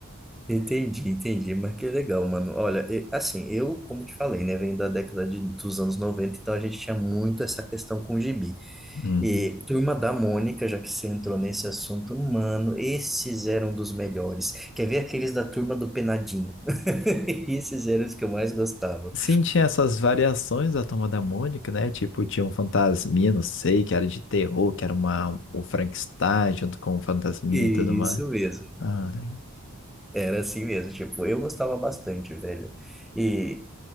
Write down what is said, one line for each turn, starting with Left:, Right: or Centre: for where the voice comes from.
Centre: Entendi, entendi, mas que legal, mano. Olha, e- assim, eu, como te falei, né, venho da década de, dos anos 90, então a gente tinha muito essa questão com o gibi.
Left: Uhum.
Centre: E Turma da Mônica, já que você entrou nesse assunto, mano, esses eram dos melhores. Quer ver aqueles da Turma do Penadinho? <laughs> Esses eram os que eu mais gostava.
Left: Sim, tinha essas variações da Turma da Mônica, né? Tipo, tinha um fantasminha, não sei, que era de terror, que era uma, o Frankenstein junto com o fantasminha
Centre: Isso
Left: e tudo mais.
Centre: mesmo.
Left: Ah, né?
Centre: Era assim mesmo, tipo, eu gostava bastante, velho. E